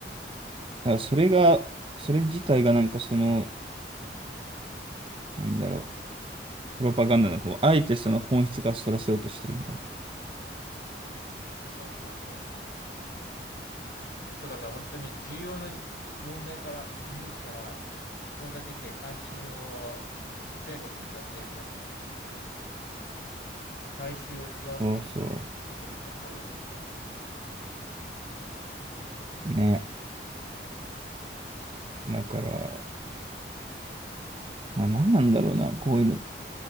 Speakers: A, on the right; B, on the left.
A: からそれが、それ自体がなんかその、なんだろう、プロパガンダなのかも。あえてその本質からそらせようとしてるみたいな。
B: うん、そうそうそう。そう、だから本当に重要な問題から、ニュースから遠ざけて関心をちっちゃいことにさせてるみたいなね。大衆を違うところに受けてるみたいなのあるよ、
A: そうそ
B: 絶対。
A: う。ね。だから、まあ何なんだろうな、こういうのって。